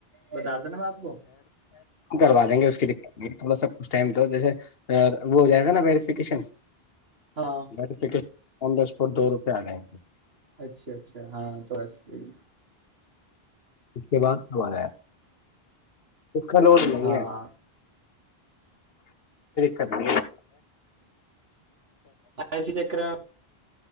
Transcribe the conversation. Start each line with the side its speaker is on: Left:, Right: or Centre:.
Right: بتا رہا تھا نا میں آپ کو
Left: کروا دیں گے اس کی دقت تھوڑا سا کچھ ٹائم دو جیسے وہ ہو جائے گا نا ویریفکیشن
Right: ہاں
Left: بر آ در اسپاٹ دو روپئے آ جائیں گے
Right: اچھا اچھا ہاں تو بس یہی
Left: اس کے بعد با دا نہیں
Right: ہاں
Left: ہے دقت نہیں
Right: اسی چکر